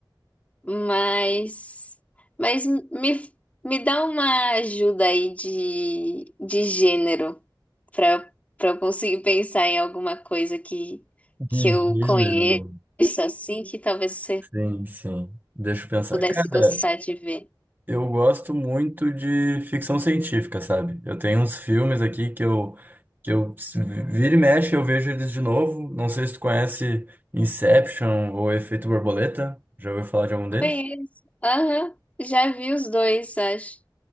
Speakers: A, on the left; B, on the right.
A: Mas, mas me, me dá uma ajuda aí de, de gênero para eu, para eu conseguir pensar em alguma coisa que,
B: De
A: que eu
B: gênero.
A: conheço assim, que talvez você
B: Sim, sim. Deixa eu pensar.
A: pudesse
B: Cara,
A: gostar de ver.
B: Eu gosto muito de ficção científica, sabe? Eu tenho uns filmes aqui que eu, que eu se vira e mexe, eu vejo eles de novo. Não sei se tu conhece Inception ou Efeito Borboleta. Já ouviu falar de algum deles?
A: Conheço. Aham, já vi os dois, acho.